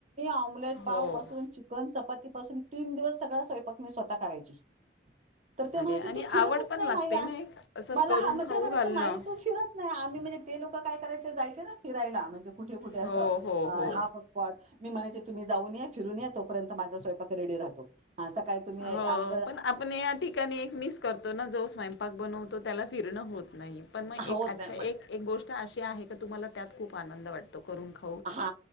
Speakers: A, on the right; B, on the left.
A: आमलेट पाव
B: हो
A: पासून, चिकन चपाती पासून, तीन दिवस सगळ स्वयंपाक मी स्वतः करायची तर ते म्हणायचे
B: अरे आणि
A: तू फिरतच
B: आवड पण
A: नाही,
B: लागते
A: माई हा
B: ना एक असं
A: मला
B: करून
A: हा मग
B: खाऊ
A: ते म्हणायचे
B: घालणं
A: माई तू फिरत नाही आम्ही म्हणजे ते लोक काय करायचे, जायचे ना फिरायला म्हणजे कुठे कुठे असं
B: हो हो हो
A: हाफ असत पॉट, मी म्हणायचे तुम्ही जाऊन या फिरून या तोपर्यंत माझा स्वयंपाक रेडी राहतो, हा सकाळी तुम्ही हा
B: हो
A: आम्ही
B: पण आपण या ठिकाणी एक मिस करतो, ना जो स्वयंपाक बनवतो त्याला फिरणं होत नाही. पण मग
A: होत
B: एक आछा
A: नाही
B: एक
A: मग
B: एक गोष्ट अशी आहे की, तुम्हाला त्यात खूप आनंद वाटतो करून खा
A: हा